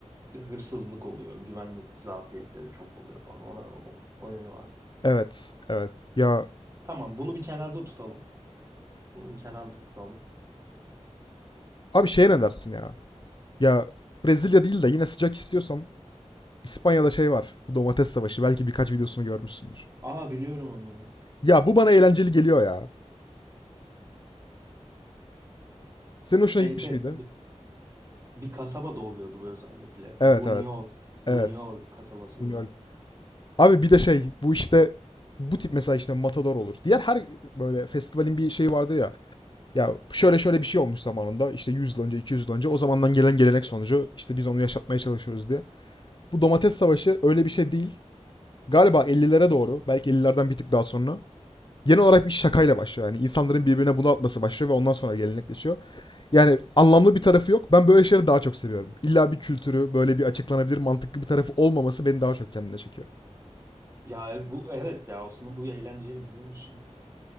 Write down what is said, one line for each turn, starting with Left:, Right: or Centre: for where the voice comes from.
Right: hırsızlık oluyor, güvenlik zafiyetleri çok oluyor falan. Ona, o, o yönü var.
Left: Evet, evet. Ya
Right: Tamam, bunu bir kenarda tutalım. Bunu bir kenarda tutalım.
Left: abi şeye ne dersin ya? Ya Brezilya değil de yine sıcak istiyorsan İspanya'da şey var. Bu domates savaşı. Belki birkaç videosunu görmüşsündür.
Right: Aa biliyorum onu.
Left: Ya bu bana eğlenceli geliyor ya. Senin hoşuna
Right: Şeyde
Left: gitmiş miydi?
Right: bir, bir kasabada oluyordu bu özellikle.
Left: Evet
Right: Bunyol,
Left: evet.
Right: Bunyol
Left: Evet.
Right: kasabasında.
Left: Buñuel. Abi bir de şey bu işte bu tip mesela işte Matador olur. Diğer her böyle festivalin bir şeyi vardır ya. Ya şöyle şöyle bir şey olmuş zamanında işte 100 yıl önce 200 yıl önce o zamandan gelen gelenek sonucu işte biz onu yaşatmaya çalışıyoruz diye. Bu domates savaşı öyle bir şey değil. Galiba 50'lere doğru belki 50'lerden bir tık daha sonra genel olarak bir şakayla başlıyor. Yani insanların birbirine bunu atması başlıyor ve ondan sonra gelenekleşiyor. Yani anlamlı bir tarafı yok. Ben böyle şeyleri daha çok seviyorum. İlla bir kültürü, böyle bir açıklanabilir mantıklı bir tarafı olmaması beni daha çok kendine çekiyor.
Right: Ya bu evet ya aslında bu eğlenceli biliyor musun?